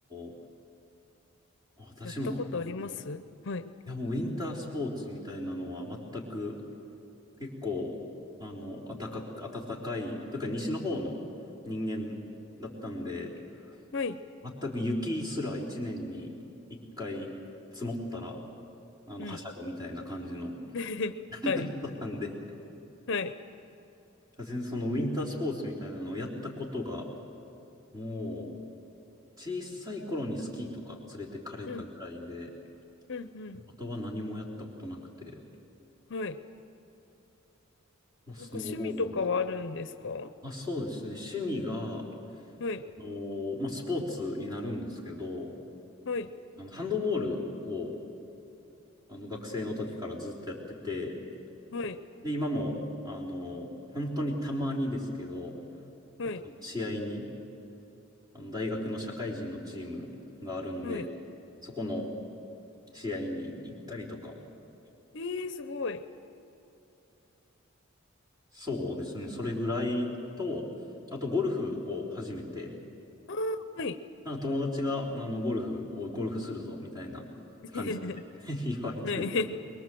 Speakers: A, on the right; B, on the left.
A: ド、私も、
B: やったことありますはい。
A: あの、いや、もうウィンタースポーツみたいなのは全く、結構、あの、暖かく、暖かい、というか西の方の人間だったんで、
B: はい。
A: 全く雪すら一年に一回積もったら、あの、
B: うん。
A: はしゃぐみたいな感じの
B: <laughs> はい。
A: 人なんで、
B: はい。
A: 全然そのウィンタースポーツみたいなのをやったことが、もう、小さい頃にスキーとか連れてかれたぐらいで、
B: うん、うん、うん。
A: あとは何もやったことなくて、
B: はい。
A: まあ、スノーボードも。
B: なんか趣味とかはあるんですかは
A: あ、そうですね。趣味が、あ
B: い、
A: のーまあ、スポーツになるんですけど、
B: はい、
A: あの、ハンドボールを、あの、学生の時からずっとやってて、
B: はい、
A: で、今も、あのー本当にたまにですけど、
B: はい、
A: あの試合に、あの、大学の社会人のチームがあるんで、
B: はい。
A: そこの試合に行ったりとか、
B: えー、すごい。
A: そうですね。それぐらいと、あとゴルフを始めて、
B: あー、はい。
A: なんか友達が、あの、ゴルフ、おい、ゴルフするぞ、みたいな感じで
B: <laughs>
A: <laughs> 言われて。
B: はい。